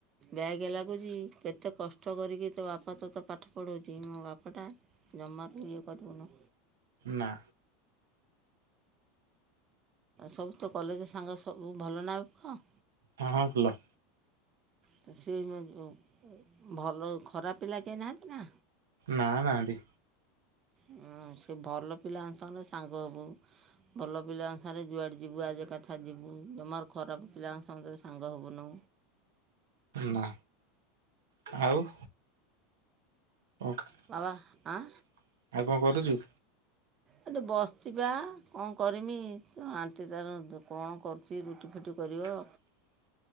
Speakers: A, on the right; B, on the right.
A: ବ୍ୟାଗ ଲାଗୁଛି। କେତେ କଷ୍ଟ କରିକି ତୋ ବାପା ତ ତୋତେ ପାଠ ପଢଉଛି। ମୋ ବାପା ଟା। ଜମା ଇଏ କରିବୁନି।
B: ନା।
A: ସବୁ ତ କଲେଜ ସାଙ୍ଗ ସବୁ ଭଲନା ଆଉ ପୁଅ।
B: ହଁ ହଁ ଭଲ।
A: ତ ସେ ବୟସର ଭଲ ଖରାପ ପିଲା କେହି ନାହାନ୍ତି ନା।?
B: ନା ନାହାନ୍ତି।
A: ହୁଁ ସେ ଭଲ ପିଲାଙ୍କ ସହିତ ସାଙ୍ଗ ହବୁ। ଭଲ ପିଲା ଅନୁସାରେ ଯୁଆଡ଼େ ଯିବୁ ଆଜ କଥା ଯିବୁ ଜମାରୁ ଖରାପ ପିଲାଙ୍କ ସହିତ ସାଙ୍ଗ ହେବୁନୁ।
B: ନା ଆଉ। କ ଆଉ
A: ବାବା ଆଁ
B: କଣ କରୁଛୁ?
A: ଏଠି ବସିଛି ପା କଣ କରିମି ଆଣ୍ଟି ତାର କଣ କରୁଛି ରୁଟି ଫୁଟି କରିବ।
B: <inaudible>